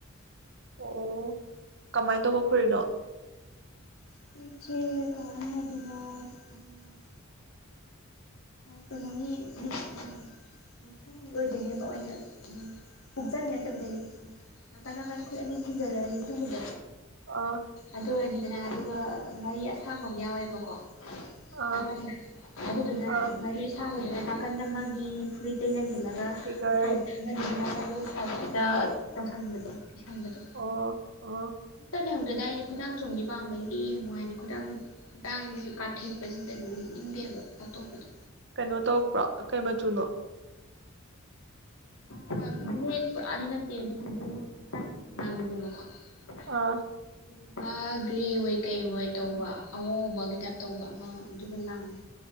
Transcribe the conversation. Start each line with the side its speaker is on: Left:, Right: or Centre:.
Right: ꯑꯣ ꯀꯃꯥꯏꯅ ꯇꯧꯕ ꯐꯨꯔꯤꯠꯅꯣ
Left: <unintelligible> <inaudible> ꯄꯨꯡꯆꯦ ꯀꯃꯥꯏ ꯍꯥꯏꯗꯣꯏꯅꯣ ꯎꯝ ꯀꯩꯅꯣꯒꯤ ꯂꯤꯠꯁꯤꯟꯒꯤ <inaudible> ꯑꯣꯏꯗꯣꯏꯅꯦꯕ ꯑꯣꯏꯅ ꯎꯝ ꯍꯨꯛꯆꯟꯕꯤ ꯅꯠꯇꯕꯤꯗ ꯂꯤꯠ ꯅꯀꯟ ꯅꯀꯟ ꯈꯨꯠ ꯑꯅꯤ ꯊꯤꯡꯖꯜꯂꯒ ꯂꯤꯠꯁꯟꯕꯤꯗꯣ
Right: ꯑꯥ
Left: ꯑꯗꯨ ꯑꯣꯏꯔꯅꯤꯗꯅ ꯑꯗꯨꯒ ꯃꯔꯤ ꯑꯁꯥꯡꯕ ꯑꯃ ꯌꯥꯎꯋꯦꯕꯀꯣ
Right: ꯑꯥ
Left: ꯅꯥꯀꯟꯗ ꯑꯗꯨꯗꯨꯅ
Right: ꯑꯥ
Left: ꯃꯔꯤ ꯑꯁꯥꯡꯕꯗꯨꯅ ꯅꯥꯀꯟꯗ ꯃꯒꯤ ꯐꯨꯔꯤꯇꯩꯂꯩ ꯂꯦꯡꯁꯜꯂꯒ
Right: ꯐꯤꯒꯔ
Left: ꯁꯥꯏ ꯊꯗꯕꯤꯗ ꯅꯥꯀꯟꯗꯒ ꯁꯥꯏꯠꯇ ꯇꯧꯁꯟꯕꯗꯣ ꯂꯤꯠꯁꯤꯟꯕꯗꯣ
Right: ꯑꯣ ꯑꯣ
Left: ꯑꯝꯇ ꯂꯩꯍꯧꯗ꯭ꯔꯦꯗ ꯑꯩꯗꯤ ꯈꯨꯗꯥꯡ ꯆꯣꯟꯕꯤ ꯄꯥꯝꯕꯒꯤ ꯌꯦꯡꯕꯋꯥꯅꯦ ꯈꯨꯗꯥꯡ ꯈꯨꯗꯥꯡꯖꯤ ꯀꯥꯊꯦꯛꯄꯖꯤꯗꯅꯦ <unintelligible> ꯅꯤꯡꯗꯦꯕ ꯑꯇꯣꯞꯄꯗꯣ
Right: ꯀꯩꯅꯣ ꯇꯧꯕ꯭ꯔꯣ ꯀꯩ ꯃꯆꯨꯅꯣ
Left: ꯕꯂꯦꯛꯇꯣ ꯑꯅꯤ ꯅꯠꯇꯦ ꯑꯗꯨꯗꯨꯒ ꯂꯥꯡꯕꯗꯤ ꯃꯥꯔꯥꯡ ꯃꯥꯔꯥꯡ ꯂꯥꯡꯕꯅꯦꯕꯀꯣ ꯑꯗꯨꯗꯨꯒ
Right: ꯑꯥ
Left: ꯒꯔꯦ ꯑꯣꯏ ꯀꯩꯑꯣꯏ ꯇꯧꯕ ꯑꯋꯥꯎꯕꯒꯤ ꯇꯥꯏꯞ ꯇꯧꯕ ꯑꯃ ꯑꯗꯨꯒ ꯂꯥꯡꯉꯤ